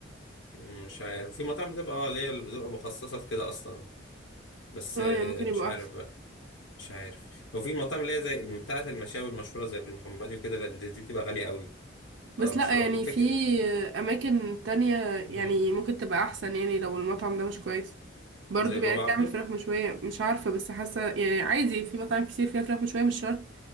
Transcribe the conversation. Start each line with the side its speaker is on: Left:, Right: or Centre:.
Left: مش عارف في مطاعم بتبقى اه اللي هي اللي بتبقى مخصصة في كده اصلا بس
Right: اه
Left: آه،
Right: يعني ممكن يبقى
Left: مش عارف
Right: احسن
Left: مش عارف هو في مطاعم اللي هي زي بتاعة المشاوي المشهورة زي المحمدي وكده لا، دي بتبقى غالية قوي
Right: بس
Left: فمش
Right: لا
Left: هروح
Right: يعني
Left: الفكرة
Right: في آه، اماكن تانية
Left: مم.
Right: يعني ممكن تبقى احسن يعني لو المطعم ده مش كويس برضو
Left: زي بابا
Right: يعني بتعمل
Left: عبده
Right: فراخ مشوية مش عارفة بس حاسة يعني عادي في مطاعم كتير فيها فراخ مشوية مش شرط